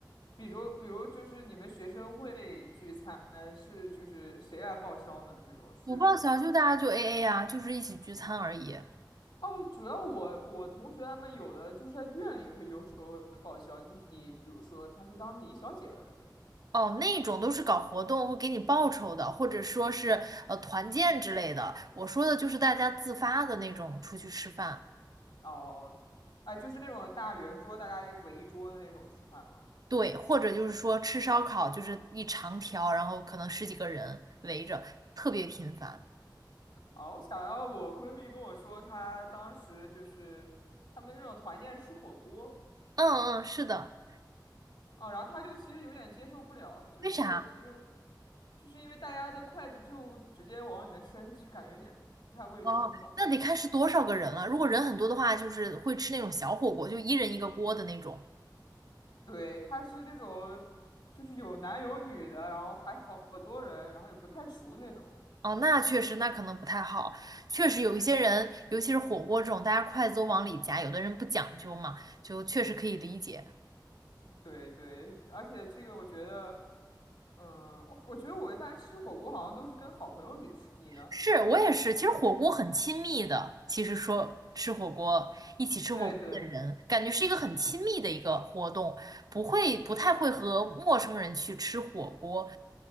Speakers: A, on the left; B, on the right.
A: 比如比如就是你们学生会聚餐是就是谁来报销呢？这种是，
B: 不报销就大家就 AA 啊，就是一起聚餐而已。
A: 哦，主要我我同学他们有的就是在院里会有时候会报销，就是你比如说他去当礼仪小姐了之类的。
B: 哦，那种都是搞活动会给你报酬的，或者说是呃团建之类的。我说的就是大家自发的那种出去吃饭。
A: 哦，哎，就是那种大圆桌，大家围一桌的那种吃饭吗？
B: 对，或者就是说吃烧烤，就是一长条，然后可能十几个人围着，特别频繁。
A: 哦，我想到我闺蜜跟我说，她当时就是他们这种团建吃火锅。
B: 嗯嗯，是的。
A: 哦，然后他就其实有点接受不了，就是就是
B: 为啥？
A: 就是因为大家的筷子就直接往里面伸，就感觉有点不太卫生吧。
B: 哦，那得看是多少个人了。如果人很多的话，就是会吃那种小火锅，就一人一个锅的那种。
A: 对，他是那种就是有男有女的，然后还好多人，然后也不太熟那种。
B: 哦，那确实，那可能不太好。确实有一些人，尤其是火锅这种，大家筷子都往里夹，有的人不讲究嘛，就确实可以理解。
A: 对对，而且这个我觉得，嗯，我我觉得我一般吃火锅好像都是跟好朋友去吃，你呢？
B: 是我也是，其实火锅很亲密的。其实说吃火锅，一起吃火锅的人，
A: <laughs> 对对，
B: 感觉是一个很亲密的一个活动，不会不太会和陌生人去吃火锅。